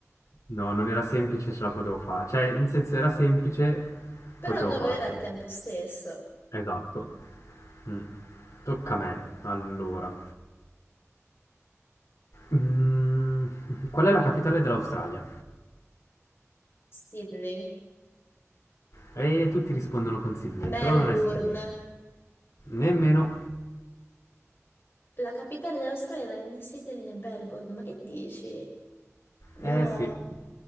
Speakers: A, on the left; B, on the left.
A: no, non era semplice, ce la potevo fare. Cioè, in senso era semplice,
B: però
A: potevo
B: non
A: farcela.
B: lo era al tempo stesso.
A: Esatto. Mm. Tocca a me. Allora. Mm, qual è la capitale dell'Australia?
B: Sydney,
A: E tutti rispondono con Sydney,
B: Melbourne.
A: però non è Sydney. Nemmeno.
B: La capitale dell'Australia non è né Sydney né Melbourne, ma che dici? No.
A: Eh sì,